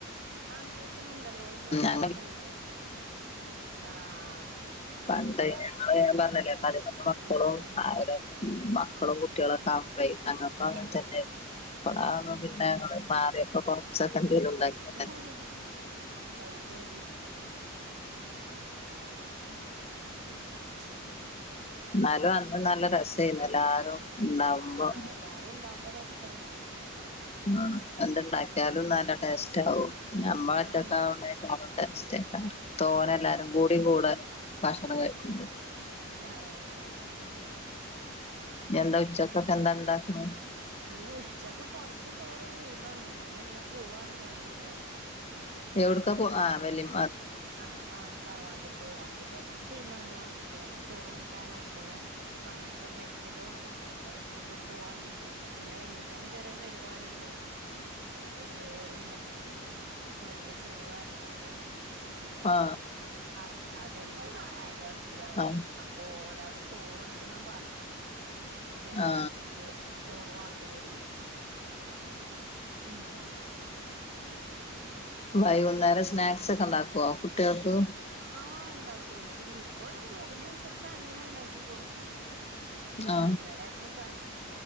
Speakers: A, on the right (about 50°); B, on the left (about 30°).
A: ആഹ് കേ ക്ക്ന്നുണ്ടല്ലോ ഇങ്ങക്ക്
B: ഞങ്ങ
A: കേക്കണില്ലേ ആഹ്
B: പണ്ട്
A: താ
B: ഞങ്ങള് ഞാൻ പറഞ്ഞില്ലേ പതിനൊന്ന് മക്കളും
A: ഉം ഉം
B: അവടെ മക്കളും കുട് കുട്ടിയാളൊക്കെ ആവുമ്പെ ഞങ്ങക്കും അങ്ങൻതെന്നെയാ
A: ആഹ്
B: ഇപ്പളാണ് പിന്നെ ഞങ്ങള് മാറിയപ്പൊ കൊറച്ചൊക്കെ എന്തെലും ഇണ്ടാക്കിയെ
A: ഹ ഹ ഹ വന്നെടി ഉം
B: ഇന്നാലും അന്ന് നല്ല രസായിരുന്നു എല്ലാരും ഉണ്ടാവുമ്പോ
A: ആഹ് എല്ലാരും ഇണ്ടാവുമ്പോ രസാണ്
B: ആഹ് എന്ത് ഇണ്ടാക്കിയാലും നല്ല ടേസ്റ്റ് ആവും ഞമ്മളൊറ്റക്കാവുമ്മേ
A: ആഹ്
B: ഒന്നും ടേസ്റ്റില്ലാ തോനെ എല്ലാരും കൂടി കൂടെ ഭക്ഷണം കഴിക്കുമ്പോ
A: ആഹ് <unintelligible>
B: ഇനി എന്താ ഉച്ചക്കൊക്കെ എന്താണ്ടാക്കണ്
A: ഇനി ഉച്ചക്ക് കൊറച്ച് ചോറ് <unintelligible> ചെയ്യുമ്പണല്ലോ ഞങ്ങള് ഇങ്ങനെ പോവാണ്ന്ന് പറഞ്ഞില്ലേ
B: എവ്ട്ക്കാ പോ ആഹ് വെല്ലിമ്മ്
A: ആഹ് ആഹ് തറവാട്ട്ക്ക് അപ്പൊ കൊറച്ച് തീമാടണം വേം ചോറും കൂട്ടാനും <unintelligible> പണിയൊക്കെ കഴിച്ചിട്ട് വാണം ഫുഡ് കഴിച്ചിട്ട് പോവാ കരുതീറ്റാ പിന്നെ വൈകുന്നേരം ചെറിയ പരിപാടി ഇണ്ട്
B: ഉ
A: ഇൻക്ക് ചെറിയ ഒരു <unintelligible> മജ്‌ലിസ്നൂറാന്ന് പർഞ്ഞ്ങ്ങാണ്ട്
B: ആ
A: അ അത് ഇണ്ട് അയൽവാസിന്റെ അവിടെയാണ്
B: ആ
A: ആഹ് അപ്പ ഓലവിടെ ചോറ്ണ്ട്ന്നാ പറഞ്ഞത് പിന്നെ
B: ആ
A: അന്തിക്ക് ചോറ് വാണ്ടി വരൂലാ ഉം
B: വൈകുന്നേരം സ്നാക്സ് ഒക്കെ ഇണ്ടാക്കുവോ കുട്ടികൾക്ക്
A: ആഹ് ഇണ്ടാക്കുവെ ഇനിക്കൊരു മൂടിനനുസരിച്ച് അങ്ങനെ ഇണ്ടാക്കി കൊടുക്കും
B: ആ
A: ഇന്നലെ ഇപ്പം ചക്ക്